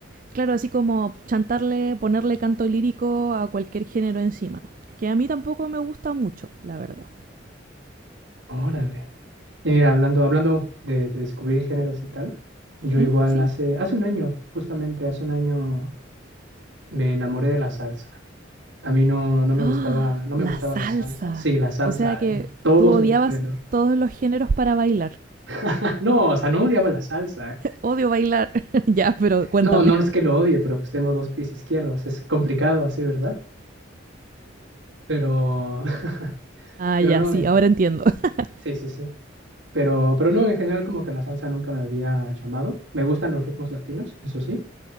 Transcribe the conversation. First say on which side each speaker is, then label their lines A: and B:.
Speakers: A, on the right; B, on the right.
A: claro, así como chantarle, ponerle canto lírico a cualquier género encima. Que a mí tampoco me gusta mucho, la verdad.
B: Órale. Y mira, hablando, hablando de, de descubrir géneros y tal, yo
A: ¿Mm?
B: igual
A: Sí.
B: hace, hace un año, justamente hace un año, me enamoré de la salsa. A mí no, no me
A: ¡Ah!
B: gustaba, no me
A: La
B: gustaba
A: salsa.
B: la salsa. Sí, la salsa,
A: O sea que
B: en todo
A: tú odiabas
B: su esplendor.
A: todos los géneros para bailar.
B: <laughs> No, o sea, no odiaba la salsa. ¿eh?
A: Odio bailar. <laughs> ya, pero cuéntame.
B: No, no es que lo odie, pero pues tengo dos pies izquierdos. Es complicado así, ¿verdad? Pero, <laughs>
A: Ah,
B: pero
A: ya,
B: no,
A: sí,
B: eh,
A: ahora entiendo. <laughs>
B: sí, sí, sí. Pero, pero no, en general como que la salsa nunca me había llamado. Me gustan los ritmos latinos, eso sí,